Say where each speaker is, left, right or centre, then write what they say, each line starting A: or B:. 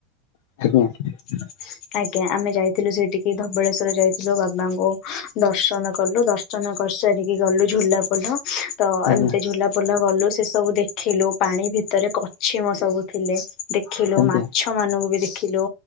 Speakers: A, on the left; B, on the left.
A: <unintelligible>
B: <inaudible> ଆଜ୍ଞା ଆମେ ଯାଇଥିଲୁ ସେଇଠିକି ଧବଳେଶ୍ୱର ଯାଇଥିଲୁ ବାବାଙ୍କୁ ଦର୍ଶନ କଲୁ ଦ ର୍ଶନ କରିସାରିକି ଗଲୁ ଝୁଲା ପୋଲ ତ
A: ଆଜ୍ଞା
B: ଏମିତି ଝୁଲାପୋଲ ଗଲୁ ସେ ସବୁ ଦେଖିଲୁ ପାଣି ଭିତରେ କଛିମ ସବୁ ଥିଲେ। ଦେଖିଲୁ
A: ଆଜ୍ଞା
B: ମାଛମାନଙ୍କୁ ବି ଦେଖିଲୁ